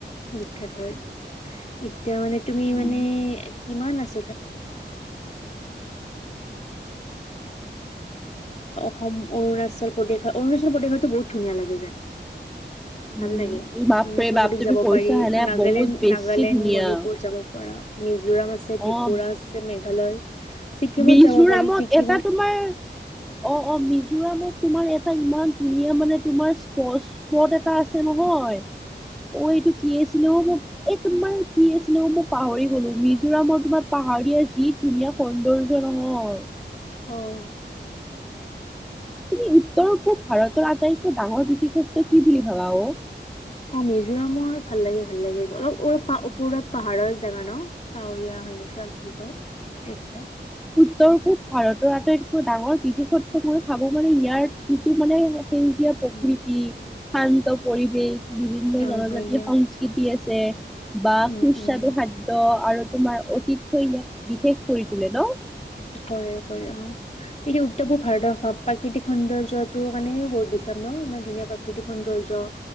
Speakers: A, on the left; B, in the centre.
A: বিখ্যাত হয় এতিয়া মানে তুমি
B: উম,
A: মানে কিমান আছ ভ অৰুণাচল প্ৰদেশ অৰুণাচল প্ৰদেশততো বহুত ধুনীয়া লাগে যায়
B: উম,
A: ভাল লাগে
B: বাপৰে
A: অৰুণাচল
B: বাপ
A: প্ৰদেশ
B: তুমি
A: যাব
B: কৈছা
A: পাৰি
B: হেনে
A: নাগালেণ্ড
B: বহুত বেছি
A: নাগালেণ্ড
B: ধুনীয়া
A: মণিপুৰ যাব পাৰা মিজোৰাম আছে
B: অ'।
A: ত্ৰিপুৰা আছে মেঘালয় ছিকিমত
B: মিজোৰামত
A: যাব পাৰি ছিকিমত
B: এটা তোমাৰ অ অ মিজোৰামত তোমাৰ এটা ইমান ধুনীয়া মানে তোমাৰ স্প্পট এটা আছে নহয় অ এইটো কিিয়ছিলো মোৰ এ তোমাৰ কি আছিলো মই পাহৰি গলো মিজোৰামৰ তোমাৰ পাহাৰীয়া যি ধুনীয়া ধাৰ্য নহয়
A: আহঁ
B: তুমি উত্তৰ পূব ভাৰতৰ আটাইতকৈ ডাঙৰ বিশেষত্ব কি বুলি ভাবা অ
A: অ মিজোৰামৰ ভাল লাগে ভাল লাগে অলপ ওপৰত পাহাৰৰ জোগা ন পাৱৰীয়া হয় নে কিাম চলটোো এইখে
B: উৰকব ভাৰতৰ আটাইতকৈ ডাঙৰ বিশেষত্ব মই ভাবো মানে ইয়াৰ যিটো মানে সেউজীয়া প্ৰকৃতি
A: উম
B: শান্ত পৰিৱেশ বিভিন্ন
A: অ
B: জনজাতিৰ
A: হয় দিয়া
B: সংস্কৃতি আছে বা
A: উম
B: সুস্বাদু
A: উম
B: খাদ্য আৰু তোমাৰ তিটো ইয়াক বিশেষ কৰি তোলে ন
A: কৰে কৰে অ এটোয়া উত্তৰ পূব ভাৰতৰ প্ৰাকৃতিক সৌন্দৰ্যটোৰ কাৰণে বহুত বিশেষ াম ন ইমান ধুনীয়া প্ৰাকৃতিক সৌন্দৰ্য